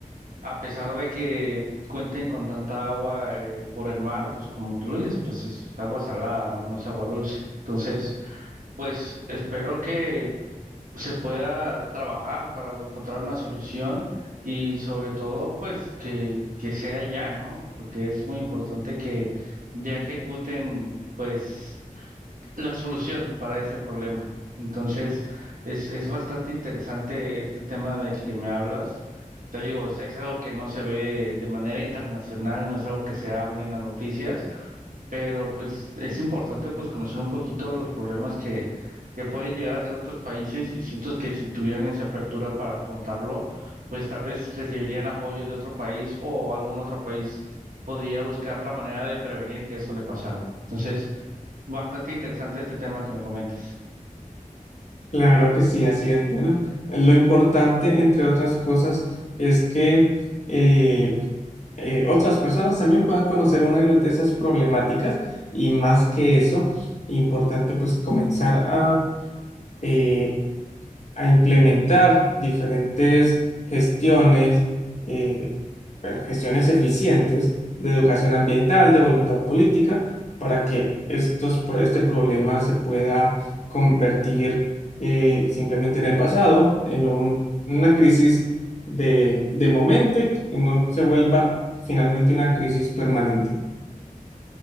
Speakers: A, on the right; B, on the left.
A: a pesar de que cuenten con tanta agua eh, por el mar, pues como tú lo dices, pues es agua salada, no es agua dulce. Entonces, pues espero que se pueda trabajar para encontrar una solución y sobre todo, pues que, que sea ya, ¿no? Porque es muy importante que ya ejecuten, pues la solución para ese problema. Entonces, es, es bastante interesante este tema del que me hablas. Te digo, es, es algo que no se ve de manera internacional, no es algo que se hable en las noticias, pero pues es importante pues conocer un poquito los problemas que, que pueden llegar a tener otros países y siento que si tuvieran esa apertura para contarlo, pues tal vez recibirían apoyo de otro país o algún otro país podría buscar la manera de prevenir que eso le pasara. Entonces, bastante interesante este tema que me comentas.
B: Claro que sí, así es. Bueno, lo importante, entre otras cosas, es que eh, eh, otras personas también puedan conocer una de, las- de esas problemáticas y más que eso, importante pues comenzar a... eh, a implementar diferentes gestiones, eh, bueno, gestiones eficientes de educación ambiental, de voluntad política, para que estos, pro- este problema se pueda convertir eh, simplemente en el pasado, en un- una crisis de, de momento y no se vuelva finalmente una crisis permanente.